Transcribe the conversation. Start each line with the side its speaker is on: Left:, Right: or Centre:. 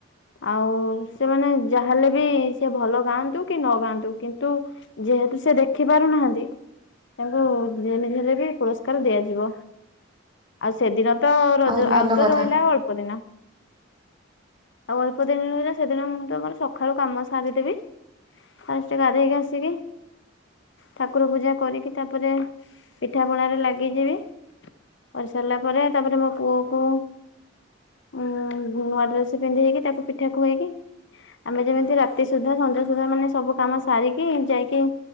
Left: ଆଉ ସେମାନେ ଯାହା ହେଲେ ବି ସେ ଭଲ ଗାଆନ୍ତୁ କି ନ ଗାଆନ୍ତୁ କିନ୍ତୁ ଯେହେତୁ ସେ ଦେଖି ପାରୁନାହାନ୍ତି। ତାଙ୍କୁ ଯେମିତିହେଲେ ବି ପୁରସ୍କାର ଦିଆଯିବ ଆଉ ସେଦିନ ତ
Right: ବହୁତ
Left: ଯଉ
Right: ଭଲ
Left: ଆଉ ତ
Right: କଥା
Left: ରହିଲା ଅଳ୍ପ ଦିନ। ଆଉ ଅଳ୍ପ ଦିନ ରହିଲା ସେଦିନ ମୁଁ ତମର ସକାଳୁ କାମ ସାରିଦେବି‌। ଭଲ ସେ ଗାଧେଇକି ଆସିକି। ଠାକୁର ପୂଜା କରିକି ତାପରେ ପିଠାପଣାରେ ଲାଗିଯିବି। କରିସାରିଲା ପରେ ତାପରେ ମୋ ପୁଅ କ ଉଁ ନୂଆ ଡ୍ରେସ ପିନ୍ଧେଇକି ତାକୁ ପିଠା ଖୁଏଇକି ଆମେ ଯେମିତି ରାତି ସୁଧା ସନ୍ଧ୍ୟା ସୁଧା ମାନେ ସବୁ କାମ ସାରିକି ଯାଇକି